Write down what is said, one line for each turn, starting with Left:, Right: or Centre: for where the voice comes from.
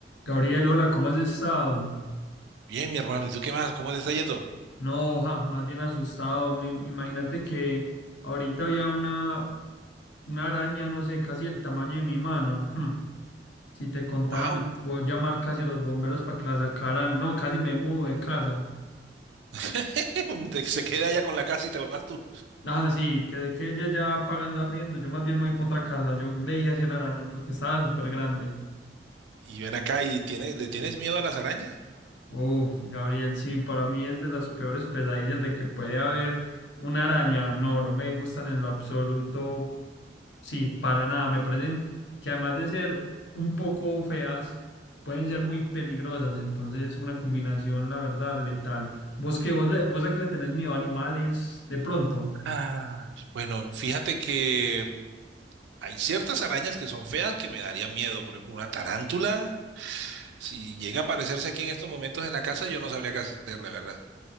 Left: Gabriel, hola, ¿cómo has estado?
Right: Bien, mi hermano, ¿y tú qué más? ¿Cómo te está yendo?
Left: No, oja, más bien asustado. Me- imagínate que ahorita había una, una araña, no sé, casi el tamaño de mi mano. Hmm, Si te contara,
Right: ¡Wow!
Left: me puedo llamar casi a los bomberos para que la sacaran. No, casi me mudo de casa.
Right: <laughs> Te- Se queda allá con la casa y te vas tú.
Left: Ah, sí, que de que ella ya pagando arriendo, yo más bien me voy para otra casa. Yo le dije hacia el araño porque estaba súper grande.
Right: Y ven acá y tiene, ¿le tienes miedo a las arañas?
Left: Uf, Gabriel, sí, para mí es de las peores pesadillas de que puede haber una araña. No, no me gustan en lo absoluto Sí, para nada. Me parecen que además de ser un poco feas, pueden ser muy peligrosas. Entonces, una combinación, la verdad, letal. ¿Vos qué? ¿Vos, le- vos a qué le tenés miedo? ¿Animales? De pronto.
Right: Ah, bueno, fíjate que hay ciertas arañas que son feas que me darían miedo. Por ejemplo, una tarántula, si llega a aparecerse aquí en estos momentos en la casa, yo no sabría qué hacer, la verdad.